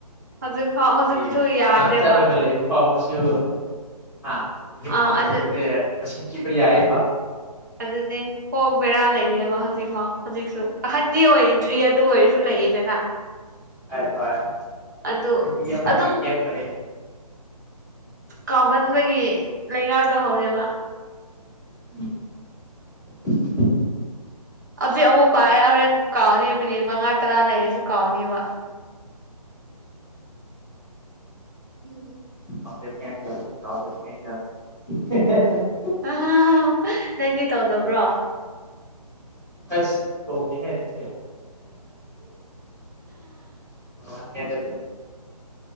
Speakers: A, on the right (about 30°); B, in the centre.
A: ꯍꯧꯖꯤꯛꯐꯥꯎ ꯍꯧꯖꯤꯛꯁꯨ
B: ꯑꯦ
A: ꯌꯥꯗ꯭ꯔꯦꯕ
B: ꯀ꯭ꯂꯥꯁ ꯆꯠꯂꯒ ꯂꯩꯕ ꯐꯥꯎꯕ ꯀꯆꯁꯨ ꯍꯥ
A: ꯑꯥ
B: ꯐꯥꯛꯇꯧꯁꯦ
A: ꯑꯗꯨ
B: ꯃꯁꯤꯡꯁꯤꯡ ꯊꯤꯕ ꯌꯥꯏꯕ
A: ꯑꯗꯨꯅꯦ ꯀꯣꯛ ꯕꯦꯔꯥ ꯂꯩꯔꯦꯕ ꯍꯧꯖꯤꯛꯐꯣ ꯍꯧꯖꯤꯛꯁꯨ ꯑꯍꯟꯗꯤ ꯑꯣꯏꯗ꯭ꯔꯤ ꯑꯗꯨ ꯑꯣꯏꯔꯁꯨ ꯁꯨ ꯂꯩꯌꯦꯗꯔ
B: ꯍꯣꯏ ꯍꯣꯏ
A: ꯑꯗꯨ ꯑꯗꯨꯝ
B: ꯀꯦ ꯀꯟ
A: ꯀꯥꯎꯒꯟꯕꯒꯤ ꯂꯥꯏꯅꯥꯗꯣ ꯍꯧꯔꯦꯕ
B: ꯎ
A: ꯍꯧꯖꯤꯛ ꯑꯃꯨꯛ ꯄꯥꯏꯦ ꯍꯣꯔꯦꯟ ꯀꯥꯎꯅꯤ ꯃꯤꯅꯤꯠ ꯃꯉꯥ ꯇꯔꯥ ꯂꯩꯔꯁꯨ ꯀꯥꯎꯅꯦꯕ ꯎꯝ
B: ꯆ
A: ꯑ ꯅꯪꯗꯤ ꯇꯧꯗꯕ꯭ꯔꯣ
B: ꯑꯁ ꯇꯀꯦ ꯍꯥꯏ ꯑꯗꯨ ꯑꯣ ꯑ ꯑꯗꯨꯗꯤ